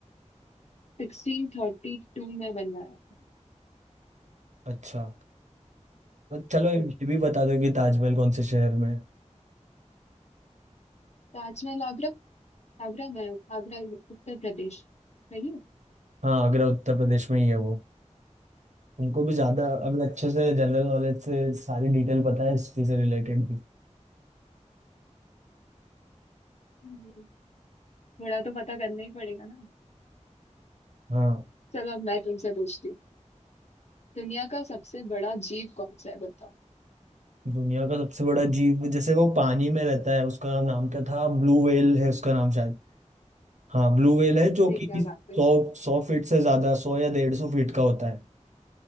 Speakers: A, on the left; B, on the right.
A: सिक्सटीन थर्टी टू में बनवाया था
B: अच्छा चलो ये
A: हम्म,
B: भी बता दो कि ताजमहल कौन से शहर में है।
A: ताजमहल आगरा आगरा में आगरा उत्तर प्रदेश सही है
B: हाँ आगरा उत्तर प्रदेश में ही है वो तुमको भी ज़्यादा अभी अच्छे से जनरल नॉलेज से सारी डिटेल पता है हिस्ट्री से रिलेटेड भी
A: हम्म, थोड़ा तो पता करना ही पड़ेगा ना
B: हाँ
A: चलो अब मैं तुमसे पूछती हूँ दुनिया का सबसे बड़ा जीव कौन सा है बताओ
B: दुनिया का सबसे बड़ा जीव जैसे वो पानी में रहता है उसका नाम क्या था ब्लू व्हेल है उसका नाम शायद हाँ ब्लू व्हेल है जो
A: अरे क्या
B: कि
A: बात है
B: सौ सौ फीट से ज्यादा सौ या डेढ़ सौ फीट का होता है